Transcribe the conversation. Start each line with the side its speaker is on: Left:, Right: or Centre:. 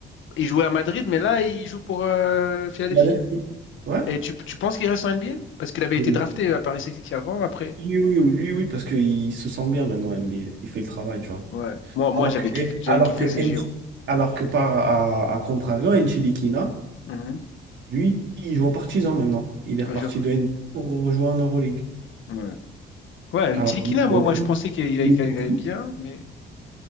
Left: Il jouait à Madrid, mais là, il joue pour euh, Philadelphie.
Right: Philadelphie. Ouais.
Left: Et tu, tu penses qu'il reste en NBA? Parce qu'il avait
Right: Oui.
Left: été drafté à Paris Celtics avant, après.
Right: Lui, oui, oui, lui, oui, parce qu'il se sent bien maintenant en NBA. Il fait le travail, tu vois.
Left: Ouais. Moi, moi,
Right: Alors
Left: j'avais
Right: que,
Left: kiffé, j'avais
Right: alors
Left: kiffé
Right: que,
Left: ces
Right: Nchi-
Left: JO.
Right: alors que par à, à contrario, Enchilikina.
Left: Mhm.
Right: Lui, il joue en partisan maintenant. Il est reparti
Left: Le jeu.
Right: de N B A pour rejoindre en Euroleague.
Left: Ouais. Ouais, une
Right: Alors
Left: Tilikina,
Right: qu'il était
Left: moi,
Right: au
Left: moi,
Right: Knicks.
Left: je pensais qu'il allait
Right: Il
Left: qu'il
Right: était
Left: allait
Right: au Knicks,
Left: bien, mais.